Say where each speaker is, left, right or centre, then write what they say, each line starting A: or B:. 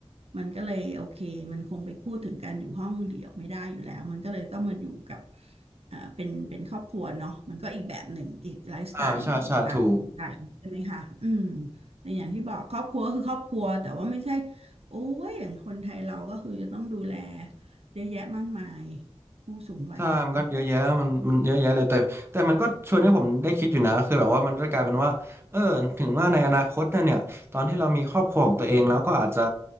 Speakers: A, on the right; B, on the right.
A: มันก็เลยโอเคมันคงไปพูดถึงการอยู่ห้องเดี่ยวไม่ได้อยู่แล้วมันก็เลยต้องมาอยู่กับเอ่อเป็นเป็นครอบครัวเนาะมันก็อีกแบบหนึ่งอีกไลฟ์สไตล์หนึ่งต่างกันใช่ไหมคะอืม
B: อ่าใช่ใช่ถูก
A: แต่อย่างที่บอกครอบครัวก็คือครอบครัวแต่ว่าไม่ใช่โอ้ยอย่างคนไทยเราก็คือจะต้องดูแลเยอะแยะมากมายผู้สูงวัยกัน
B: ใช่มันก็เยอะแยะมันมันเยอะแยะเลยแต่แต่มันก็ชวนให้ผมได้คิดอยู่นะคือแบบว่ามันจะกลายเป็นว่าเออถึงว่าในอนาคตนะเนี่ยตอนที่เรามีครอบครัวของตัวเองแล้วก็อาจจะ